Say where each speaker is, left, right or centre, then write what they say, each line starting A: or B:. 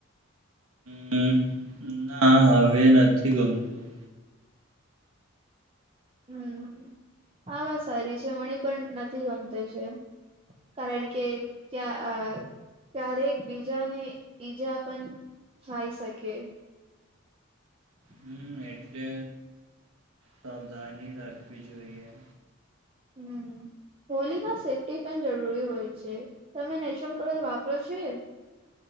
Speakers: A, on the right (about 85°); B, on the right (about 25°).
A: હમ ના હવે નથી ગમતું
B: હમ આા વાત સારી છે મણી પણ નથી ગમત છે કારણ કે ક્યા ક્યારેક બીજાને ઈજા પણ થાય શકે <inaudible>
A: હમ એટલે સાવધાની રાખવી જોઈએ
B: હમ હોલીમાં સેફ્ટી પેન્ટ જરૂરી હોય છે તમે નેચરલ કલર વાપરો છે